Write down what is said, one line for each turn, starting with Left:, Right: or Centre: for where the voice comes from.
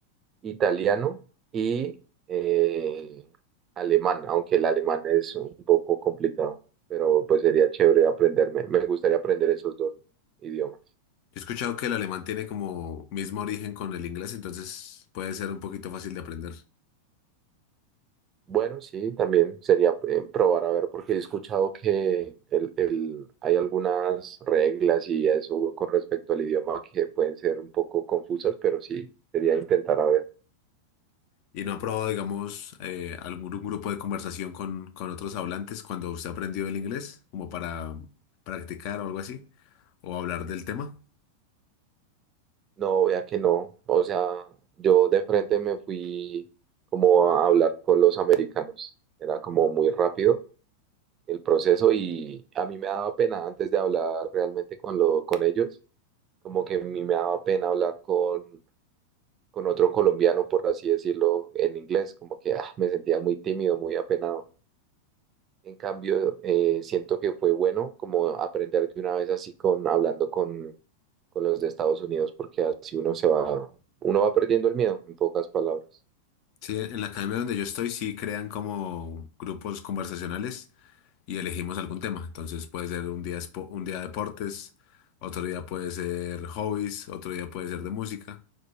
Right: italiano y eh, alemán, aunque el alemán es un poco complicado, pero pues sería chévere aprenderme. Me gustaría aprender esos dos idiomas.
Left: Yo he escuchado que el alemán tiene como mismo origen con el inglés, entonces puede ser un poquito fácil de aprender.
Right: Bueno, sí, también sería eh, probar a ver, porque he escuchado que el, el- hay algunas reglas y eso con respecto al idioma que pueden ser un poco confusas, pero sí, sería intentar a ver.
Left: ¿Y no ha probado, digamos, eh, algún grupo de conversación con, con otros hablantes cuando usted aprendió el inglés, como para practicar o algo así, o hablar del tema?
Right: No, vea que no. O sea, yo de frente me fui como a hablar con los americanos. Era como muy rápido el proceso y a mí me daba pena antes de hablar realmente con, lo, con ellos. Como que a mí me daba pena hablar con, con otro colombiano, por así decirlo, en inglés. Como que ah, me sentía muy tímido, muy apenado. En cambio, eh, siento que fue bueno como aprender de una vez así con hablando con, con los de Estados Unidos, porque así uno se va, uno va perdiendo el miedo, en pocas palabras.
Left: Sí, en la academia donde yo estoy sí crean como grupos conversacionales y elegimos algún tema. Entonces puede ser un día, espo- un día deportes, otro día puede ser hobbies, otro día puede ser de música.